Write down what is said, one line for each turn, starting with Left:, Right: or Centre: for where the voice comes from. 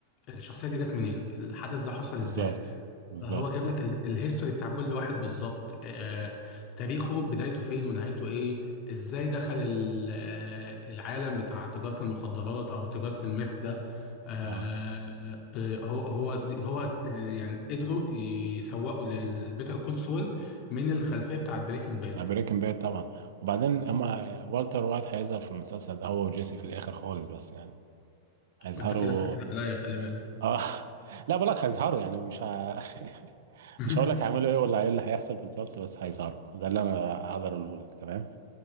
Left: الشخصية دي جت منين الحدث ده حصل
Right: بالظبط
Left: إزاي
Right: بالظبط
Left: هو جاب لك ال- الهيستوري بتاع كل واحد بالظبط آه، تاريخه بدايته فين ونهايته ايه ازاي دخل ال- آه، العالم بتاع تجارة المخدرات او تجارة الميث ده آه،
Right: اه
Left: آه، هو هو دي- هو س- آه، يعني قدروا يسوقوا للبيتر كول سول من الخلفية بتاعت بريكنج باد
Right: ده بريكنج باد طبعا وبعدين هما والتر وايت هيظهر في المسلسل ده هو وجيسي في الاخر خالص بس يعني هيظهروا
Left: انت كده بتاكد عليا خلي بالك
Right: اه لا بقول لك هيظهروا يعني مش ه... <laughs>
Left: <laughs>
Right: مش هقول لك هيعملوا ايه ولا ايه اللي هيحصل بالظبط بس هيظهروا ده اللي انا هقدر اقوله لك تمام